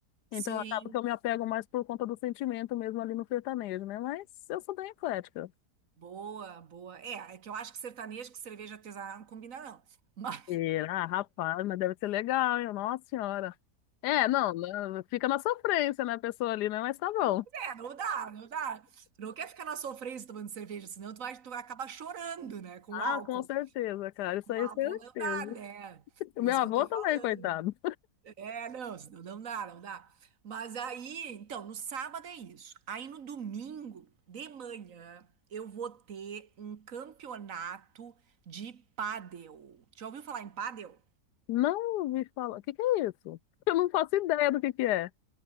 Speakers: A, on the right (about 55°); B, on the left (about 80°).
A: sim.
B: Então acaba que eu me apego mais por conta do sentimento mesmo ali no sertanejo, né? Mas eu sou bem eclética.
A: Boa, boa. É, é que eu acho que sertanejo com cerveja artesanal não combina, não. Mas
B: Será? Rapaz, mas deve ser legal, hein? Nossa Senhora. É, não, não, fica na sofrência, né, a pessoa ali, né? Mas tá bom.
A: <laughs> é, não dá, não dá. Tu não quer ficar na sofrência tomando cerveja, senão tu vai, tu vai acabar chorando, né? Com
B: Ah,
A: o álcool.
B: com certeza, cara, isso
A: Com o
B: aí
A: álcool
B: é certeza.
A: não dá, né? Por
B: O meu
A: isso
B: avô
A: que eu tô
B: também,
A: falando.
B: coitado.
A: É, não, senão não dá, não dá. Mas aí, então, no sábado é isso. Aí no domingo, de manhã, eu vou ter um campeonato de pádel. Já ouviu falar em pádel?
B: Não ouvi falar. O que que é isso? Eu não faço ideia do que que é.